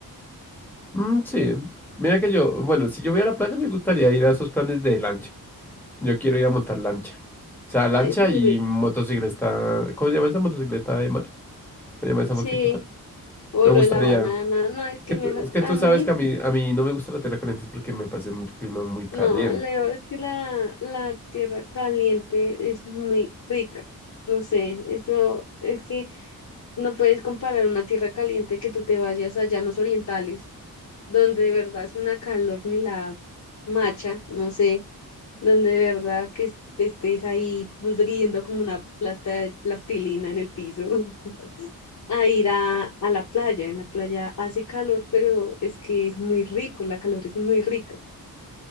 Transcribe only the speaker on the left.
Ay, es muy
rico.
Sí,
o
lo
de la banana, no, es que
me,
a mí
No, Leo, es que la, la tierra caliente es muy rica. No sé, eso es que no puedes comparar una tierra caliente que tú te vayas a llanos orientales, donde de verdad hace una calor ni la macha, no sé, donde de verdad que es- estés ahí pudriendo como una plasta de plastilina en el piso, <laughs> a ir a, a la playa. En la playa hace calor, pero es que es muy rico, la calor es muy rica.